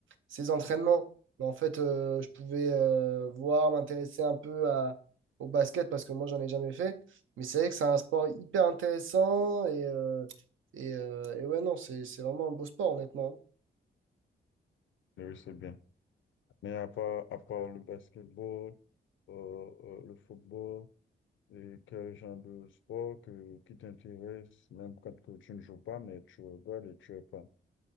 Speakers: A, on the right; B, on the left.
A: ses entraînements, bah, en fait, euh, je pouvais euh, voir, m'intéresser un peu à- au basket parce que moi, j'en ai jamais fait. Mais c'est vrai que c'est un sport hyper intéressant et, euh, et, euh, et ouais, non, c'est, c'est vraiment un beau sport, honnêtement.
B: Oui, c'est bien. Mais à part, à part le basketball, euh, euh, le football, Et quel genre de sport que, qui t'intéresse, même quand que tu ne joues pas, mais tu regardes et tu es fan.